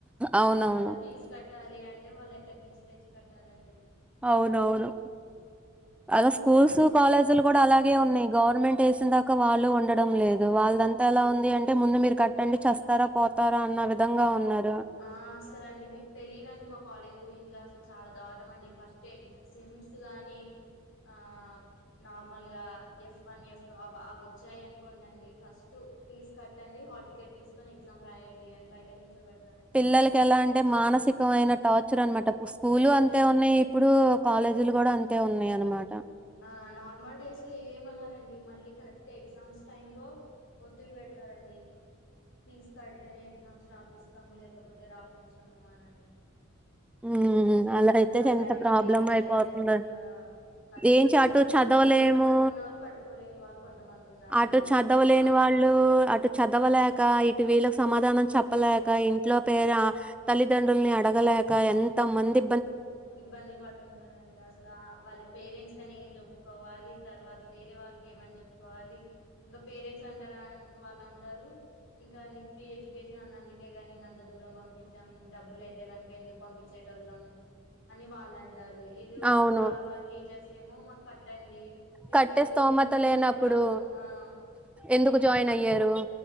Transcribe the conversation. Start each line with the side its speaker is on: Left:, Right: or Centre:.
Centre: అవునవును.
Left: తర్వాత ఫీజ్ కట్టాలి అం టే వాళ్ళు ఎక్కడి నుంచి తెచ్చి కట్టాలండి
Centre: అవును అవును అలా
Left: ఇంకా
Centre: స్కూల్స్
Left: వాళ్ళు ఏదో
Centre: కాలేజీలు
Left: ఒకటి చేసుకోవాల్సిందే
Centre: కూడా అలాగే ఉన్నాయ్ గవర్నమెంట్ వేసిందాకా వాళ్ళు ఉండడం లేదు వాళ్దంతా ఎలా ఉంది అంటే ముందు మీరు కట్టండి చస్తారా పో తారా అన్న విధంగా ఉన్నార్
Left: ఆ అసలు అండి మీకు తెలీదండి మా కాలేజ్ గురించి అసలు చాలా దారుణం అండి ఫస్ట్ సిమ్స్ కానీ ఆ నార్మల్గా ఎఫ్ వన్ ఎఫ్ టు అవి అవి వచ్చాయి అనుకోండండి, ఫస్ట్ ఫీజు కట్టండి హాల్ టికెట్ తీసుకొని ఎగ్జామ్ రాయండి అని బయట నుంచో వెడు
Centre: పిల్లలకి ఎలా అంటే మానసికమైన టార్చెర్ అనమాట ఇప్ స్కూలు
Left: ఒత్తిడండి
Centre: అంతే ఉన్నాయి ఇప్పుడు కాలేజీలు కూడా అంతే ఉన్నయి అనమాట
Left: ఆ నార్మల్ డేస్ లో ఏమనరండి మళ్ళీ కరెక్ట్ ఎగ్జామ్స్ టైమ్ లో ఒత్తిడి పెడతారండి ఫీజు కడితేనే ఎగ్జామ్స్. రాపిస్తాం లేకపో పోతే రాపించము అనని
Centre: హ్మ్ అలా అయితే
Left: కా ఆ
Centre: ఎంత
Left: టైం
Centre: ప్రాబ్లం
Left: లో ఏం చేయలేక
Centre: అయిపోతుందో
Left: ఇంకా కట్టుకో
Centre: ఏంచి అటు
Left: కట్టుకున్న
Centre: చదవలేము
Left: వాళ్ళు కొంతమంది ఉన్నారు. కట్టుకోలేని వాళ్ళు కొంతమంది ఉన్నారండి
Centre: అటు చదవలేని
Left: అమ్మా.
Centre: వాళ్ళు అటు చదవలేక ఇటు వీళ్ళకు సమాధానం చెప్పలేక ఇంట్లో పేద తల్లిదం డ్రుల్ని అడగలే క ఎంతమంది
Left: ఇబ్బంది పడుంటారు అండి అసలు ఆ వాళ్లి పేరెంట్స్ కని చెప్పు కోవాలి తర్వాత వేరే వాళ్ళకి ఏమని చెప్పుకోవాలి. ఇంగ పేరెంట్స్ అంటార, వాళ్ళు అంటారు ఇంకా నీ ఫ్రీ ఎడ్యుకేషన్ అన్నందుకేగా నిన్ను అంత దూరం పంపి చం డబ్బులుయితే కనుక ఎందుకు పంపించేటోల్లం అని వాళ్ళు అంటారు ఇటు
Centre: అవును
Left: సార్ వాళ్ళు టీచర్స్ ఏమో మాక్ కట్టండి మేము
Centre: కట్టే
Left: ఫ్రీ ఎడ్యుకేషన్
Centre: స్తోమత
Left: అని
Centre: లేనప్పుడు
Left: చెప్పాము ఆ ఫ్రీ
Centre: ఎందుకు
Left: ఎడ్యుకేషన్
Centre: జాయిన్ అయ్యారు
Left: చెప్పాము